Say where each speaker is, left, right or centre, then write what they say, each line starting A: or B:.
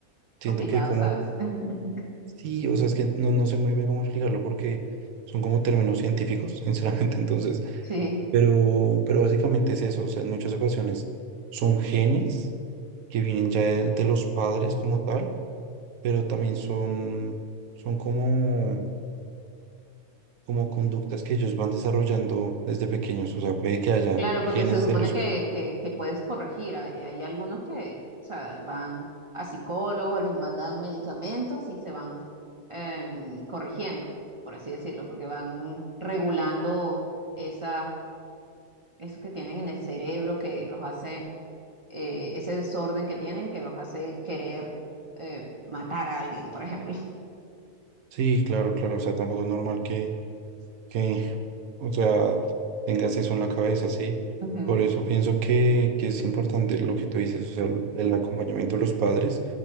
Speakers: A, on the right; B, on the right.
A: siento
B: complicado,
A: que como,
B: ¿sabes? <laughs>
A: sí, o sea, es que no, no sé muy bien cómo explicarlo porque son como términos científicos, <laughs> sinceramente, entonces,
B: Sí,
A: pero, pero básicamente es eso, o sea, en muchas ocasiones son genes que vienen ya de de los padres como tal pero también son, son como, como conductas que ellos van desarrollando desde pequeños. O sea, puede que haya
B: claro,
A: genes
B: porque se supone
A: de los...
B: que, que, que puedes corregir. Hay, hay algunos que, o sea, van a psicólogos, les mandan medicamentos y se van em, corrigiendo, por así decirlo, porque van regulando esas eso que tienen en el cerebro que los hace, eh, ese desorden que tienen que los hace querer eh, matar a alguien, por ejemplo. <laughs>
A: Sí, claro, claro. O sea, tampoco es normal que, que, o sea, tengas eso en la cabeza, ¿sí?
B: Ujú,
A: Por eso pienso que, que es importante lo que tú dices, o sea, el, el acompañamiento de los padres,